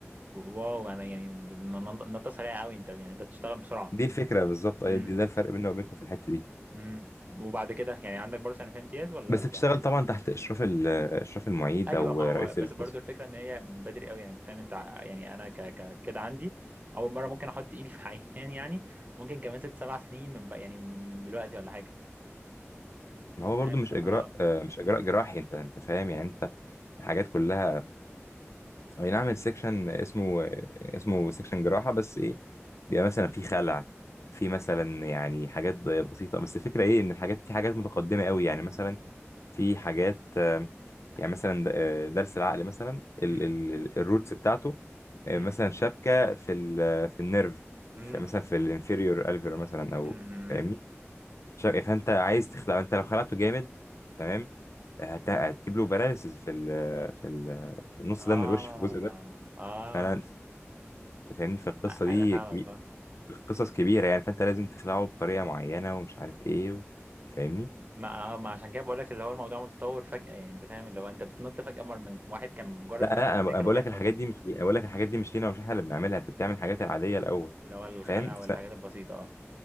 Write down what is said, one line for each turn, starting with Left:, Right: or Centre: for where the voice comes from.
Right: واو انا يعني د- ن- ن- نطة سريعة قوي انت يعني انت بتشتغل بسرعة
Left: دي الفكرة بالظبط أيوة،
Right: امم
Left: دي ده الفرق بيننا وبينكم في الحتة دي
Right: امم وبعد كده يعني عندك برضه سنتين امتياز ولا
Left: بس بتشتغل طبعا تحت إشراف ال- إشراف المعيد
Right: ايوه
Left: أو
Right: ما
Left: رئيس
Right: هو بس
Left: القسم
Right: برضو الفكره ان هي بدري قوي يعني انت فاهم انت ع- يعني انا ك ك كده عندي اول مره ممكن احط ايدي في عيان يعني ممكن كمان ست سبع سنين من بقى يعني من من دلوقتي ولا حاجه
Left: ما هو برضو
Right: فاهم
Left: مش
Right: ف- اه
Left: إجراء آه، مش إجراء جراحي أنت أنت فاهم يعني أنت حاجات كلها اي نعم السكشن اسمه اسمه سكشن جراحة بس ايه بيبقى مثلا في خلع في مثلا يعني حاجات بسيطة بس الفكرة ايه ان الحاجات في حاجات متقدمة قوي يعني مثلا في حاجات آم، يعني مثلا د- آه، درس العقل مثلا ال-
Right: امم
Left: ال- الروتس بتاعته آه،
Right: امم
Left: مثلا شبكة في ال في النيرف
Right: امم
Left: في مثلا في الانفيريور الفير مثلا او
Right: امم
Left: فاهمني شبكة فانت عايز تخلع انت لو خلعته جامد تمام هت- هتجيب له باراليسز في ال في ال في النص
Right: اه
Left: ده من الوش في الجزء ده
Right: اه
Left: فعلا انت فاهمني في القصه دي
Right: انا فاهمك
Left: كبير
Right: اه
Left: قصص كبيره يعني فانت لازم تخلعه بطريقه معينه ومش عارف ايه و... فاهمني
Right: ما اه ما عشان كده بقول لك اللي هو الموضوع متطور فجاه يعني انت فاهم اللي هو انت بتنط فجاه مر من واحد كان مجرد
Left: لا لا
Right: بس بيذاكر
Left: انا ب- أنا بقول
Right: وبيحفظ
Left: لك الحاجات دي مش لي- انا بقول لك الحاجات دي مش لينا ومش احنا اللي بنعملها انت بتعمل الحاجات العاديه الاول
Right: اللي هو الخلع
Left: فاهم في
Right: والحاجات
Left: سنة...
Right: البسيطه اه